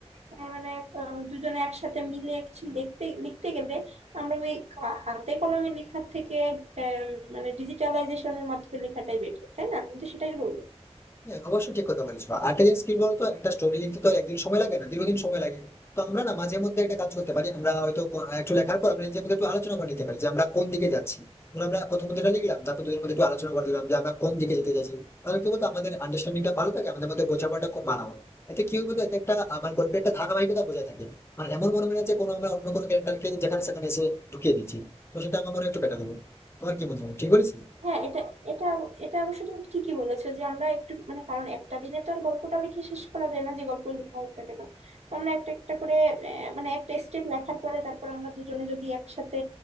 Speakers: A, on the right; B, on the left.
A: আহ, মানে উম, দুজনে একসাথে মিলে কিছু লিখতে লিখতে গেলে আমরা ওই কা- হাতে কলমে লেখার থেকে আম, মানে ডিজিটালাইজেশনের মাধ্যমে লেখাটাই বেটার তাই না তুমি তো সেটাই বললে
B: হ্যাঁ অবশ্যই ঠিক কথা বলেছো। আরেকটা জিনিস কি বলতো একটা স্টোরি লিখতে তো একদিন সময় লাগে না দীর্ঘদিন সময় লাগে তো আমরা না মাঝে মধ্যে একটা কাজ করতে পারি আমরা হয়তো ক- একটু লেখার পর আমরা নিজের মধ্যে একটু আলোচনা করে নিতে পারি যে আমরা কোন দিকে যাচ্ছি ধরো আমরা প্রথমত এটা লিখলাম তারপর দুজনের মধ্যে একটু আলোচনা করে নিলাম যে আমরা কোন দিকে যেতে যাচ্ছি তাহলে কি বলতো আমাদের আন্ডারস্ট্যান্ডিংটা ভালো থাকে আমাদের মধ্যে বোঝাপড়াটা খুব ভালো হয় এতে কি হবে তো, এতে একটা আমার গল্পে একটা ধারাবাহিকতা বজায় থাকে মানে এমন মনে হয় না যে কোনো আমরা অন্য কোনো ক্যারেক্টারকে যেখানে সেখানে এসে ঢুকিয়ে দিচ্ছি তো সেটা আমার মনে হয় একটু বেটার হবে তোমার কি মনে হয় ঠিক বলেছি
A: হ্যাঁ এটা এটা এটা অবশ্য তুমি ঠিকই বলেছো যে আমরা একটু মানে কারণ একটা দিনে তো আর গল্পটা লিখে শেষ করা যায় না যে গল্প লেখা হোক না কেন তো আমরা একটা একটা করে আহ, মানে একটা স্টেপ লেখার পরে তারপর আমরা দুজনে যদি একসাথে